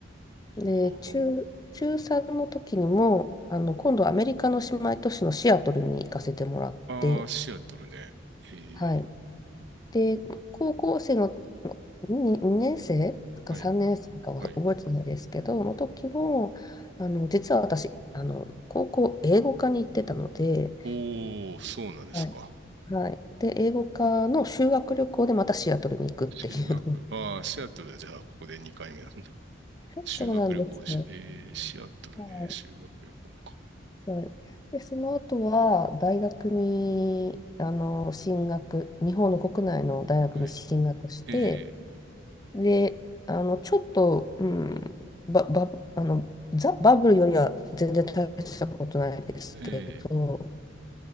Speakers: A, on the left; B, on the right.
A: で、
B: あはは。
A: 中、中3の時にも、あの、今度アメリカの姉妹都市のシアトルに行かせてもらって、
B: ああ、シアトルね。ええ、
A: はい。で、高校生の2、年生か3年生かは覚えてないですけど、
B: はい、はい。
A: の時も、あの、実は私、あの、高校英語科に行ってたので、
B: おー、そうなんですか。
A: はい。はい。で、英語科の修学旅行でまたシアトルに行くっていうの。
B: 修学、ああ、シアトルじゃあ、ここで2回目なんだ。
A: <laughs>
B: 修学旅行でした。
A: そうなんですよ。
B: ええ、シアトルね、
A: は
B: 修学旅行か。
A: い。はい。で、その後は、大学に、あの、進学、日本の国内の大学に進学して、
B: はい。ええ、
A: で、あの、ちょっと、うん、バば、あの、ザ・バブルよりは全然大したことないですけど、
B: ええ、